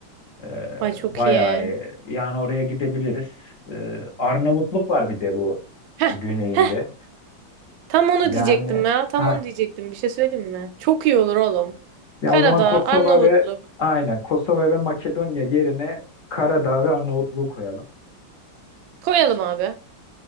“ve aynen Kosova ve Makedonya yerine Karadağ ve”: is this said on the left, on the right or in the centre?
Left